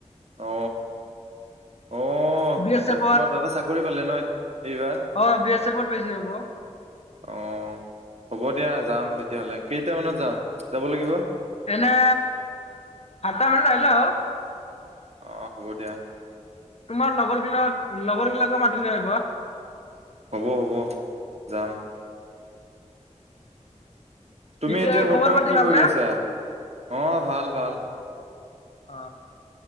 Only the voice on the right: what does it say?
অ, অ
দ
তোমাৰ দাদা চাকৰি পালে ন এইবাৰ?
অঁ, হ'ব দিয়া যাম তেতিয়াহ'লে কেইটামানত যাওঁ যাব লাগিব?
অঁ হ'ব দিয়া।
হ'ব হ'ব যাম। তুমি
এতিয়া বৰ্তমান
কি
কৰি আছা? অহ ভাল ভাল।